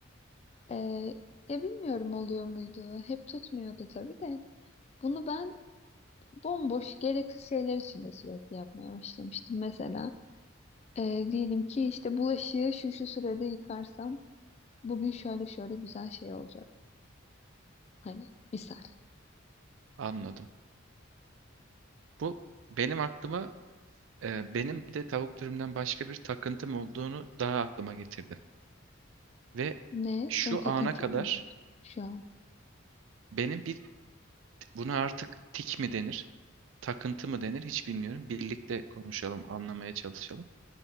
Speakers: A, on the left; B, on the right.
A: e, ya bilmiyorum oluyor muydu? Hep tutmuyordu tabii de. Bunu ben bomboş gereksiz şeyler için de sürekli yapmaya başlamıştım. Mesela e, diyelim ki işte bulaşığı şu şu sürede yıkarsam bugün şöyle şöyle güzel şey olacak. Hani misal.
B: Anladım. Bu benim aklıma e, benim de tavuk dürümden başka bir takıntım olduğunu daha aklıma getirdi. Ve
A: Ne?
B: şu
A: Senin takıntın
B: ana kadar
A: mı şu an?
B: benim bir buna artık tik mi denir, takıntı mı denir hiç bilmiyorum. Birlikte konuşalım, anlamaya çalışalım.